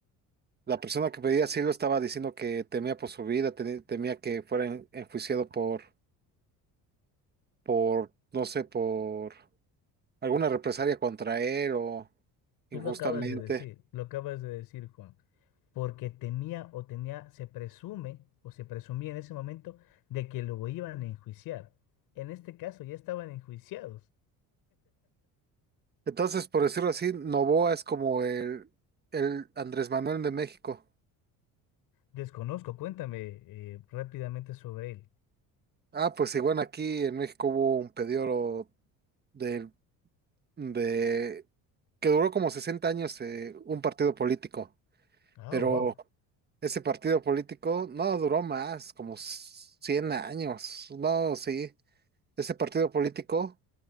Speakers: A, on the right; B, on the left.
A: la persona que pedía asilo estaba diciendo que temía por su vida, te- temía que fuera en- enjuiciado por, por, no sé, por alguna represalia contra él o
B: Tú
A: injustamente.
B: lo acabas de decir, lo acabas de decir, Juan, porque tenía o tenía, se presume o se presumía en ese momento de que lo iban a enjuiciar. En este caso ya estaban enjuiciados.
A: Entonces, por decirlo así, Novoa es como el, el Andrés Manuel de México.
B: Desconozco, cuéntame eh, rápidamente sobre él.
A: Ah, pues igual aquí en México hubo un periodo de, de que duró como 60 años eh, un partido político,
B: Ah,
A: pero
B: wow.
A: ese partido político no duró más, como 100 años. No, sí, ese partido político